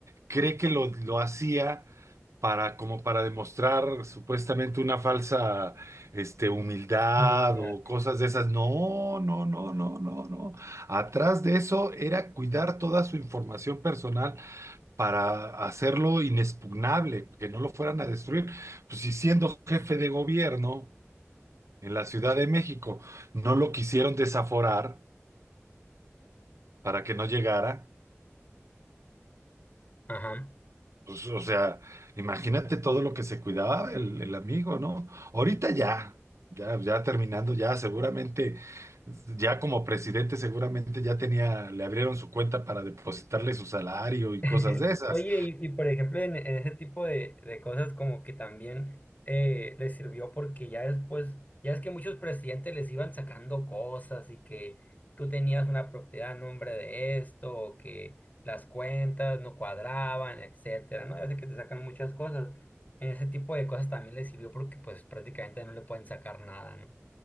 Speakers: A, on the right; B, on the left.
A: cree que lo, lo hacía para, como para demostrar supuestamente una falsa, este, humildad
B: Mm, ya.
A: o cosas de esas. No, no, no, no, no, no. Atrás de eso era cuidar toda su información personal para hacerlo inexpugnable, que no lo fueran a destruir. Pues si siendo jefe de gobierno en la Ciudad de México no lo quisieron desaforar para que no llegara,
B: Ajá.
A: pues o sea, imagínate todo lo que se cuidaba el, el amigo, ¿no? Ahorita ya, ya, ya terminando, ya seguramente, ya como presidente seguramente ya tenía, le abrieron su cuenta para depositarle su salario y
B: <laughs>
A: cosas de esas.
B: Oye, y, y por ejemplo, en, en ese tipo de, de cosas como que también eh, les sirvió porque ya después, ya es que muchos presidentes les iban sacando cosas y que tú tenías una propiedad a nombre de esto, o que las cuentas no cuadraban, etcétera, ¿no? Ya sé que te sacan muchas cosas. En ese tipo de cosas también les sirvió porque pues prácticamente no le pueden sacar nada, ¿no?